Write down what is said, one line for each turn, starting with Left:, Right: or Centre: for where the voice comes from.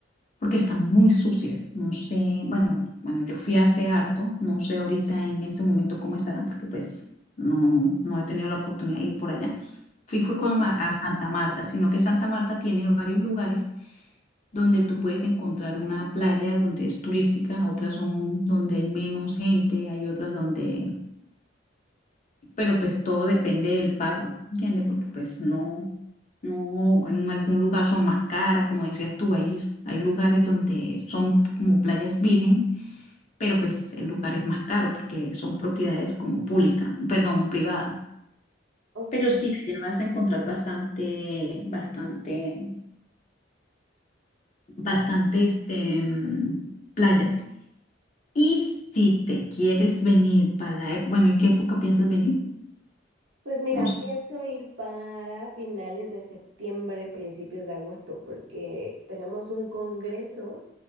Left: porque están muy sucias. No sé, bueno, bueno, yo fui hace harto, no sé ahorita en ese momento cómo estarán, porque pues no, no he tenido la oportunidad de ir por allá. Fui fue con,
Right: Sí,
Left: Ma- a Santa Marta, sino que Santa Marta tiene varios lugares donde tú puedes encontrar una playa donde es turística, otras son donde hay menos gente, hay otras donde pero pues todo depende del pago, ¿entiendes? Porque pues no, no, en algún lugar son más caras, como decías tú, hay, hay lugares donde son como playas virgen, pero pues el lugar es más caro porque son propiedades como públicas, perdón, privadas.
Right: ok.
Left: Pero sí, allá vas a encontrar bastante, bastante, bastante, este, mm, playas. Y si te quieres venir para la, ep- bueno, ¿y qué época piensas venir?
Right: Pues mira,
Left: No
Right: pienso ir para finales de septiembre, principios de agosto, porque tenemos un congreso